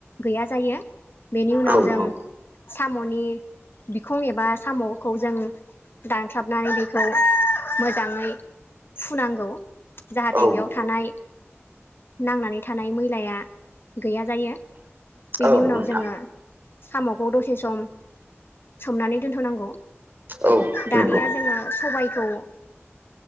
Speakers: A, on the left (about 50°); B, on the right (about 45°).
A: गैया जायो बेनि उनाव
B: औ
A: जों
B: औ
A: साम'नि बिखं एबा साम'खौ जों दानख्लाबनानै बेखौ मोजाङै फुनांगौ। जाहाथे
B: औ
A: बेयाव थानाय नांनानै थानाय मैलाया गैया जायो बेनि
B: औ
A: उनाव
B: नोंथां
A: जोङो साम'खौ दसे सम सोमनानै दोनथ'नांगौ।
B: औ
A: दानिया
B: नंगौ
A: जोङो सबायखौ